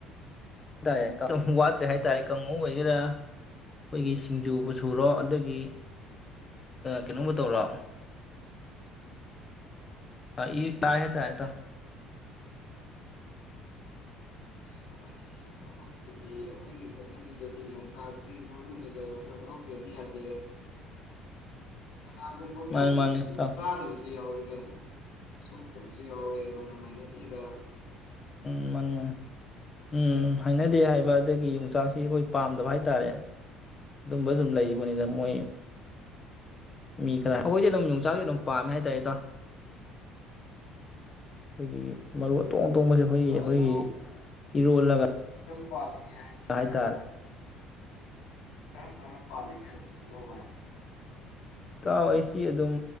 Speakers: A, on the left; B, on the left.
A: ꯍꯥꯏ ꯇꯔꯦ ꯑꯗꯨꯝ ꯋꯥꯠꯇ꯭ꯔꯦ ꯍꯥꯏ ꯇꯥꯔꯦ ꯀꯥꯡꯉꯨ ꯑꯣꯏꯒꯦꯔꯥ ꯑꯩꯈꯣꯏꯒꯤ ꯁꯤꯡꯖꯨꯕꯨ ꯁꯨꯔꯣ ꯑꯗꯒꯤ ꯀꯩꯅꯣꯕꯨ ꯇꯧꯔꯣ <unintelligible>
B: <unintelligible>
A: <unintelligible>
B: ꯑꯩꯈꯣꯏꯒꯤꯗꯤ ꯑꯩꯈꯣꯏꯒꯤ ꯆꯠꯅꯕꯤꯒꯗꯤ ꯌꯣꯡꯆꯥꯛꯁꯤ ꯃꯔꯨꯅꯤꯗ ꯌꯣꯡꯆꯥꯛ ꯌꯥꯗ꯭ꯔꯗꯤ ꯌꯥꯗꯦ ꯀꯅꯥꯒꯨꯝꯕ ꯈꯔꯗꯤ
A: ꯃꯥꯅꯤ ꯃꯥꯅꯤ
B: ꯑꯗꯨꯝ
A: ꯏꯇꯥꯎ
B: ꯆꯥꯗꯕꯁꯨ ꯌꯥꯎꯋꯤꯗ ꯑꯗꯨꯝ ꯁꯣꯛꯇꯕꯁꯨ ꯌꯥꯎꯏ ꯃꯅꯝ ꯍꯩꯅꯗꯦꯗꯥ
A: <unintelligible> <unintelligible> ꯎꯝ ꯍꯩꯅꯗꯦ ꯍꯥꯏꯕ ꯑꯗꯒꯤ ꯌꯣꯡꯆꯥꯛꯁꯤ ꯑꯩꯈꯣꯏ ꯄꯥꯝꯗꯕ ꯍꯥꯏ ꯇꯥꯔꯦ ꯑꯗꯨꯝꯕ ꯁꯨꯝ ꯂꯩꯕꯅꯤꯗ ꯃꯣꯏ ꯃꯤ ꯈꯔ ꯑꯩꯈꯣꯏꯗꯤ ꯑꯗꯨꯝ ꯌꯣꯡꯆꯥꯛꯁꯦ ꯑꯗꯨꯝ ꯄꯥꯝꯃꯦ ꯍꯥꯏꯇꯥꯔꯦ ꯏꯇꯥꯎ ꯑꯩꯈꯣꯏꯒꯤ ꯃꯔꯨ ꯑꯇꯣꯡ ꯑꯇꯣꯡꯕꯁꯦ ꯑꯩꯈꯣꯏꯒꯤ ꯑꯩꯈꯣꯏꯒꯤ
B: ꯑꯗꯨ
A: ꯏꯔꯣꯜꯂꯒ
B: ꯄꯥꯜꯂꯤ <unintelligible>
A: ꯍꯥꯏꯇꯥꯔꯦ
B: ꯈꯔꯝ ꯄꯥꯜꯂꯤꯒꯦ ꯍꯧꯖꯤꯛꯁꯤꯕꯣ ꯚꯥꯏ
A: ꯏꯇꯥꯎ ꯑꯩꯁꯤ ꯑꯗꯨꯝ